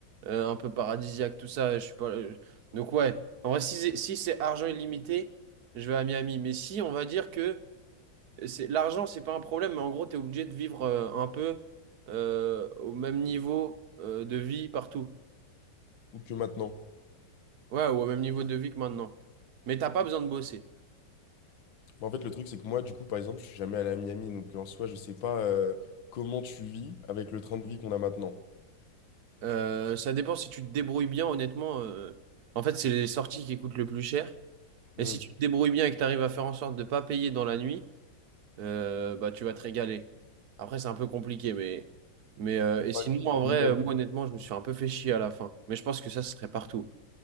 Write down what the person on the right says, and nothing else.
euh, un peu paradisiaques, tout ça, je suis pas. euh, donc ouais, en vrai, si, c'est- si c'est argent illimité, je vais à Miami. Mais si on va dire que c'est l'argent, c'est pas un problème, mais en gros, tu es obligé de vivre euh, un peu euh, au même niveau euh, de vie partout.
Ouais, ou au même niveau de vie que maintenant. Mais t'as pas besoin de bosser.
Euh, ça dépend si tu te débrouilles bien, honnêtement. euh, en fait, c'est les sorties qui coûtent le plus cher.
Et si tu te débrouilles bien et que tu arrives à faire en sorte de pas payer dans la nuit, euh, bah tu vas te régaler. Après, c'est un peu compliqué, mais. Mais euh,
et sinon,
en vrai,
euh, moi honnêtement, je me suis un peu fait chier à la fin. Mais je pense que ça, ce serait partout.